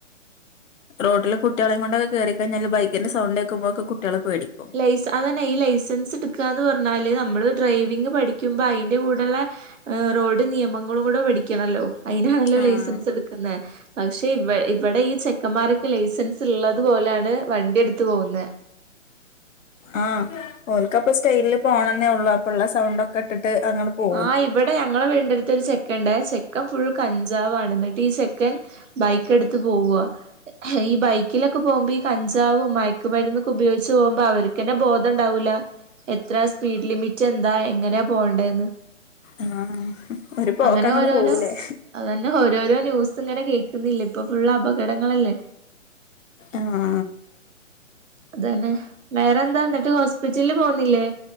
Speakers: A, on the left; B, on the right.
A: റോഡില് കുട്ടികളെ കൊണ്ടൊക്കെ കേറി കൈയിഞ്ഞാല് ബൈക്കിന്റെ സൗണ്ടക്കുമ്പോക്കെ കുട്ട്യള് പേടിക്കും.
B: ലൈസ്ൻസ് അതന്നെ ഈ ലൈസൻസ് എടുക്കാന്ന് പറഞ്ഞാല് നമ്മള് ഡ്രൈവിംഗ് പഠിക്കുമ്പോ അതിന്റെ കൂടെള്ള റോഡ് നിയമങ്ങളും കൂടെ പഠിക്കണല്ലോ അതിനാണല്ലോ
A: ആഹ്
B: ലൈസൻസ് എടുക്കുന്നെ പക്ഷെ ഇ ഇവിടെ ഈ ചെക്കന്മാരൊക്കെ ലൈസൻസ് ഉള്ളത് പോലെയാണ് വണ്ടി എടുത്ത പോവുന്നെ
A: ആഹ് ഓൽകപ്പൊ സ്റ്റൈലില് പോകണെന്നേ ഉള്ളൂ അപ്പ ഉള്ള സൗണ്ട് ഒക്കെ ഇട്ടിട്ട് അങ്ങട് പോവും
B: ആഹ് ഇവിടെ ഞങ്ങളെ വീട്ന്റെഅടുത്ത് ഒരു ചെക്കൻണ്ട് ചെക്കൻ ഫുള്ള് കഞ്ചാവ് ആണ് എന്നിട്ട് ഈ ചെക്കൻ. ബൈക്ക്‌ എടുത്ത് പോവുവാ ഈ ബൈക്കിലൊക്കെ പോകുമ്പോ ഈ കഞ്ചാവും മയക്കുമരുന്നൊക്കെ ഉപയോഗിച്ച് പോകുമ്പോൾ അവർക്ക് ക്ക്‌ന്നെ ബോധം ഉണ്ടാവൂല എത്ര സ്പീഡ് ലിമിറ്റ് എന്താ എങ്ങനെയാ പോകണ്ടെന്ന്.
A: ആഹ് ഒരു പോക്കങ്ങട്
B: അങ്ങനെ ഓരോരോ
A: പോവൂലേ
B: അതന്നെ ഓരോരോ ന്യൂസ് ഇങ്ങനെ കേൾക്കുന്നില്ല ഇപ്പൊ ഫുൾ അപകടങ്ങളല്ലേ.
A: ആഹ്
B: അതന്നെ വേറെന്താ എന്നിട്ട് ഹോസ്പിറ്റലില് പോന്നില്ലേ?